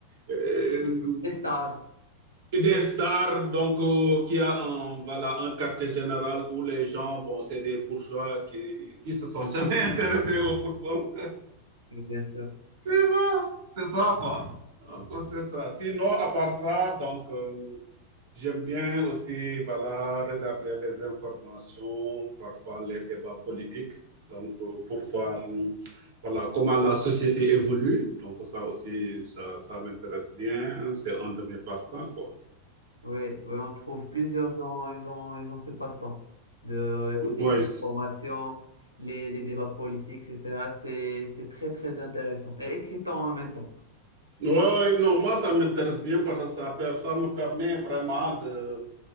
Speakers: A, on the right; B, on the left.
A: euh,
B: Les stars,
A: des stars, donc euh, qui a un, voilà, un quartier général où les gens, bon, c'est des bourgeois qui, qui se sont <laughs> jamais intéressés au football.
B: oui, bien sûr.
A: Tu vois, c'est ça, quoi. Donc, c'est ça. Sinon, à part ça, donc, euh, j'aime bien aussi, voilà, regarder les informations, parfois les débats politiques, donc, euh, pour voir, euh, voilà, comment la société évolue. Donc, ça aussi, ça, ça m'intéresse bien. C'est un de mes passe-temps, quoi.
B: Oui, oui, on trouve plusieurs gens, ils ont, ils ont ce passe-temps de écouter
A: Ouais,
B: les informations, les, les débats politiques, etc. C'est, c'est très, très intéressant et excitant en même temps.
A: Ouais, ouais, non, moi, ça m'intéresse bien parce que ça, ça me permet vraiment de,